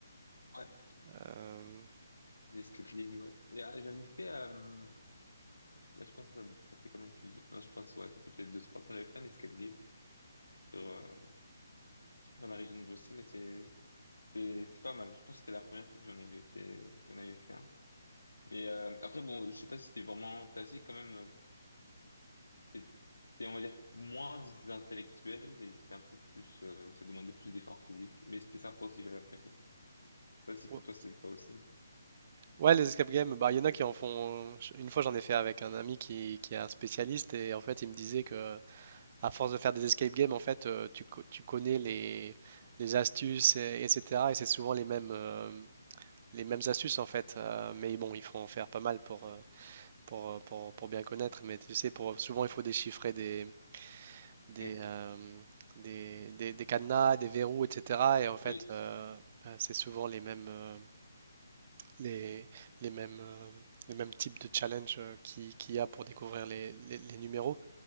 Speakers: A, on the left; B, on the right.
A: Ouais,
B: Euh,
A: c'est ce que tu dis, ouais. Et, euh, J'avais fait, euh, je bah, je pense que ça, ça fait quand même plus, non, je pense, ouais, ça fait peut-être deux, trois ans, que j'avais fait un escape game sur, euh, dans la région de Bruxelles, et c'est, c'est, c'est pas mal. Je pense que c'était la première fois que j'en avais fait, j'en avais fait un. Mais euh, après, bon, je sais pas si c'était vraiment classique quand même. C'était, c'était, on va dire, moins intellectuel, mais c'était un peu plus, euh, ça demandait plus d'efforts physiques. Mais c'était sympa aussi, j'avais apprécié. Pas si pour
B: ou-
A: toi c'était le cas aussi.
B: Ouais, les escape games, bah, il y en a qui en font. je- Une fois, j'en ai fait avec un ami qui, qui est un spécialiste et en fait, il me disait que à force de faire des escape games, en fait, euh, tu, co- tu connais les, les astuces, et- etc. Et c'est souvent les mêmes, euh, les mêmes astuces, en fait. Euh, mais bon, il faut en faire pas mal pour, euh, pour, euh, pour, pour bien connaître. Mais tu sais, pour, souvent, il faut déchiffrer des, des,
A: Oui,
B: euh, des, des- des cadenas, des verrous, etc. Et en fait,
A: oui,
B: euh, euh, c'est souvent les mêmes, euh, les, les mêmes, euh, les mêmes types de challenges euh, qui, qu'il y a pour découvrir les, les les numéros.